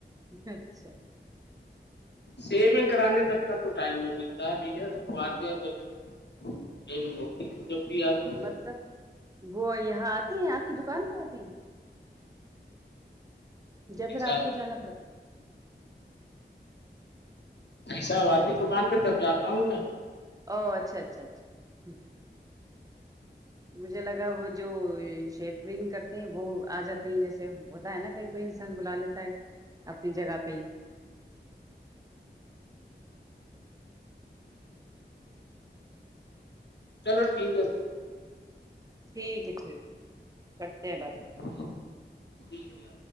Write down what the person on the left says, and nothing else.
سیونگ کرانے تک کا تو ٹائم نہیں ملتا ہے بھیاب آتے ہیں تبھی شیونگ ہوتی ہے بھی آتے ہیں تب
بھائی
صاحب
بھائی صاحب
آتی
دکان پہ تب جاتا ہوں میں
چلو ٹھیک ہے پھر
ٹھیک اللہ